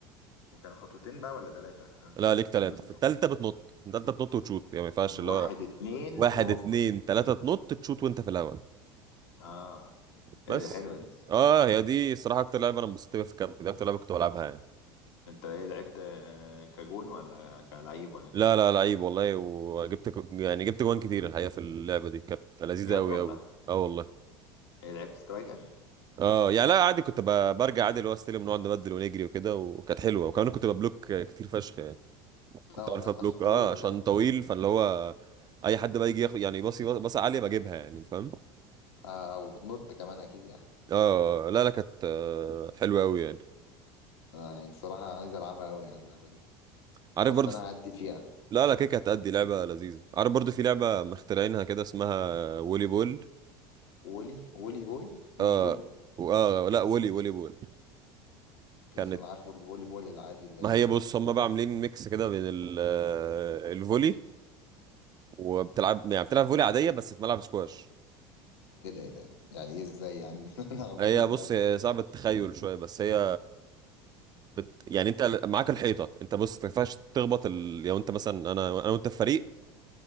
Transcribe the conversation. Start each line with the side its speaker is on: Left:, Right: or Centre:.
Left: وكانوا خطوتين بقى ولا ثلاثة انا مش
Right: لا
Left: فاكر
Right: ليك ثلاثة
Left: كان لوس
Right: في الثالثة بتنط في الثالثة بتنط وتشوت يعني ما ينفعش
Left: يعني
Right: اللي
Left: واحد
Right: هو
Left: اتنين
Right: واحد
Left: وهوبا
Right: اتنين تلاتة تنط تشوت وانت في الهواء
Left: اه ايه
Right: بس
Left: ده دي حلوة دي
Right: اه هي دي الصراحة أكتر لعبة أنا انبسطت بيها في الكامب دي أكتر لعبة كنت بلعبها يعني
Left: انت ايه لعبت آه، كجون ولا كلعيب ولا كايه
Right: لا لا لعيب والله وجبت ك- يعني جبت جوان كتير الحقيقة في اللعبة دي كانت لذيذة
Left: بجد
Right: أوي
Left: والله
Right: أوي اه والله
Left: ايه لعبت سترايكر
Right: اه يعني لا عادي كنت ب- برجع عادي اللي هو استلم نقعد نبدل ونجري وكده وكانت حلوة وكمان كنت ببلوك كتير فشخ يعني
Left: لا
Right: كنت
Left: والله
Right: عارف
Left: انت
Right: ابلوك
Left: عشان طويل
Right: اه عشان
Left: صح
Right: طويل فاللي هو اي حد بقى يجي ياخد يعني باصي باصي عالية بجيبها يعني انت فاهم
Left: آه وبتنط كمان اكيد يعني
Right: اه لا لا كانت آه، حلوه قوي يعني
Left: انا يعني الصراحه عايز العبها قوي يعني اللعبه دي
Right: عارف
Left: حاسس
Right: برضو
Left: ان انا هعدي فيها
Right: لا لا كده كانت هتأدي لعبه لذيذه عارف برضو في لعبه مخترعينها كده اسمها وولي بول
Left: وولي وولي بول مش
Right: اه
Left: فولي
Right: و- اه لا وولي وولي بول
Left: اوكي
Right: كانت
Left: اصل انا عارفه الفولي بول العادي اللي
Right: ما
Left: هي
Right: هي بص هم بقى عاملين ميكس كده بين ال- آه، الفولي وبتلعب يعني بتلعب فولي عاديه بس في ملعب سكواش
Left: ايه ده ايه ده يعني ايه ازاي يعني <laughs> انا عبوني
Right: هي
Left: في
Right: بص
Left: ملعب سكواش
Right: هي صعبة التخيل شويه بس هي بت... يعني انت معاك الحيطه انت بص ما ينفعش تخبط ال... لو انت مثلا انا انا وانت في فريق